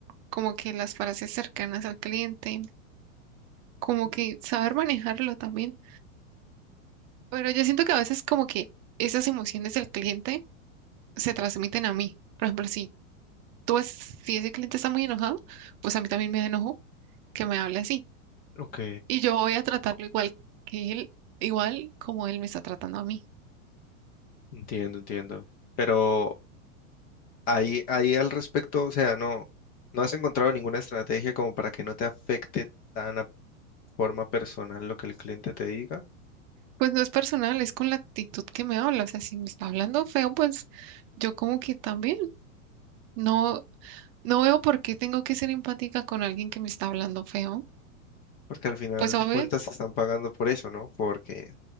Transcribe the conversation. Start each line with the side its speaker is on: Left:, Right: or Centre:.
Right: como que las frases cercanas al cliente. como que saber manejarlo también. Pero yo siento que a veces como que esas emociones del cliente se transmiten a mí. Por ejemplo, si tú es, si ese cliente está muy enojado, pues a mí también me da enojo que me hable así.
Left: Ok,
Right: Y yo voy a tratarlo igual que él, igual como él me está tratando a mí.
Left: entiendo, entiendo. Pero Ahí, ahí al respecto, o sea, no, no has encontrado ninguna estrategia como para que no te afecte tan a forma personal lo que el cliente te diga,
Right: Pues no es personal, es con la actitud que me habla. O sea, si me está hablando feo, pues yo como que también no, no veo por qué tengo que ser empática con alguien que me está hablando feo.
Left: porque al final
Right: Pues obvio.
Left: de cuentas te están pagando por eso, ¿no? Porque